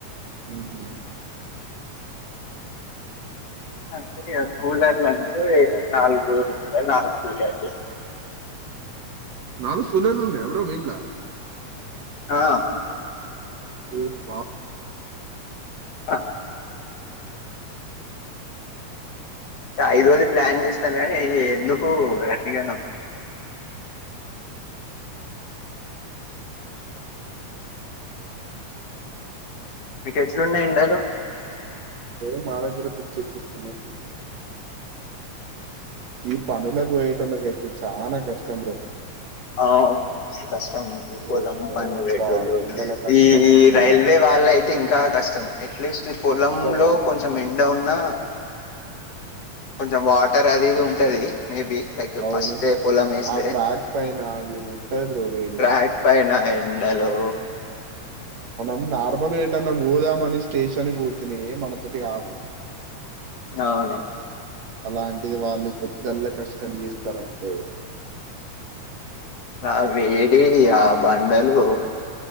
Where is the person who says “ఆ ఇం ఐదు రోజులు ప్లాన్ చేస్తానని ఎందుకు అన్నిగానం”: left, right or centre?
Left